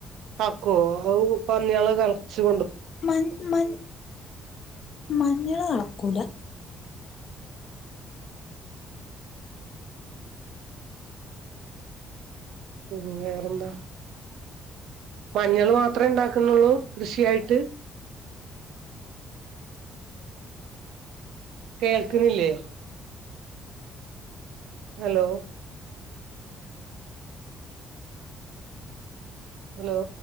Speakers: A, on the right; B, on the left.
A: ആക്കുവോ അത് പന്ന്യാൾ കളച് കൊണ്ട്
B: മഞ്ഞ് മ മഞ്ഞള് കളക്കൂല
A: ഉ വേറെന്താ മഞ്ഞൾ മാത്ര ഉണ്ടാക്കുന്നുള്ളൂ കൃഷിയായിട്ട് കേൾക്കുന്നില്ലേ ഹലോ ഹലോ